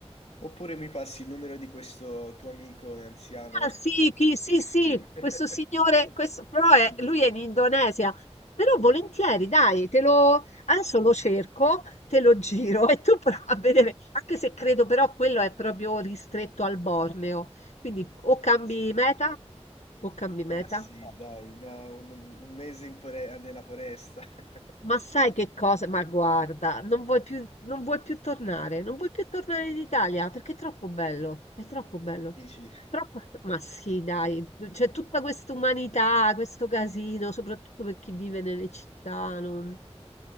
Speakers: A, on the left; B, on the left.
A: Oppure mi passi il numero di questo tuo amico anziano?
B: Ah sì, chi sì, sì,
A: <laughs>
B: questo signore, questo, però è,
A: Sì,
B: lui
A: sì.
B: è in Indonesia. Però volentieri, dai, te lo, adesso lo cerco, te lo giro <laughs> e tu prova a vedere, anche se credo però quello è proprio ristretto al Borneo. Quindi o cambi
A: Sì.
B: meta o cambi meta.
A: ma sì, dai, una- un, un mese in fore- nella foresta. <laughs>
B: Ma sai che cosa? Ma guarda, non vuoi più, non vuoi più tornare, non vuoi più tornare in Italia perché è troppo bello, è troppo bello.
A: Dici,
B: Troppo... Ma sì, dai, c'è tutta questa umanità, questo casino, soprattutto per chi vive nelle città. non-